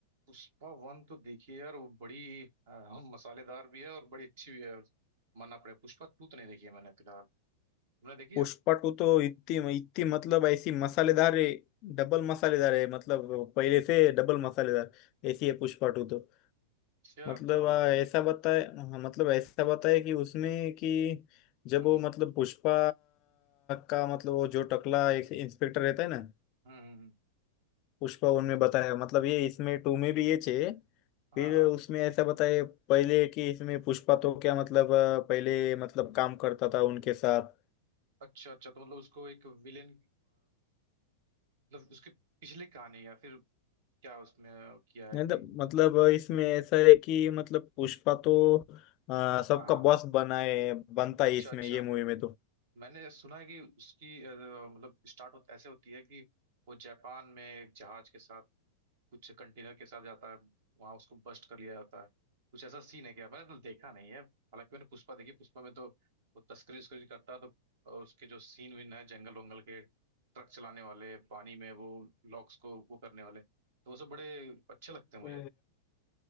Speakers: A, on the right (about 65°); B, on the left (about 45°).
A: पुष्पा वन तो देखिए यार वो बड़ी अ, मसालेदार भी है और बड़ी अच्छी भी है मानना पड़ेगा पुष्पा टू तो नहीं देखी है मैंने फिलहाल तुमने देखी
B: Pushpa
A: है <laughs>
B: two तो इतनी इतनी मतलब ऐसी मसालेदार है डबल मसालेदार है मतलब पहले से डबल मसालेदार ऐसी है पुष्पा टू तो
A: अच्छा
B: मतलब
A: तो
B: आ, ऐसा बताए हाँ, मतलब ऐसा बताए कि उसमें कि जब
A: हम्म
B: वो
A: हम्म
B: मतलब पुष्पा का मतलब वो जो टकला एक इंस्पेक्टर रहता है ना
A: हम्म, हम्म,
B: पुष्पा उनमें
A: तो
B: बताया मतलब ये इसमें टू में भी ये चाहिए
A: हाँ
B: फिर
A: हाँ
B: उसमें ऐसा बताए पहले कि इसमें पुष्पा तो क्या मतलब आ, पहले मतलब काम करता था उनके साथ
A: अच्छा अच्छा तो मतलब उसको एक विलेन मतलब उसके पिछले कहानी या फिर क्या उसमें किया है
B: नहीं
A: कि
B: तो मतलब इसमें ऐसा है कि मतलब पुष्पा तो आ, सबका
A: हाँ हाँ,
B: बॉस बनाए बनता
A: अच्छा
B: है इसमें
A: अच्छा
B: ये मूवी में
A: मैंने सुना है कि उसकी अ, मतलब स्टार्ट हो, ऐसे होती है कि वो जापान में एक जहाज के साथ कुछ कंटेनर के साथ जाता है वहां उसको बस्ट कर लिया जाता है कुछ ऐसा सीन है क्या मैंने तो देखा नहीं है हालांकि मैंने पुष्पा देखी पुष्पा में तो वो तस्करी उस्करी करता है तो अ, उसके जो सीन विन है जंगल वंगल के ट्रक चलाने वाले पानी में वो लॉक्स को वो करने वाले तो वो सब बड़े अच्छे लगते हैं
B: तो
A: मुझे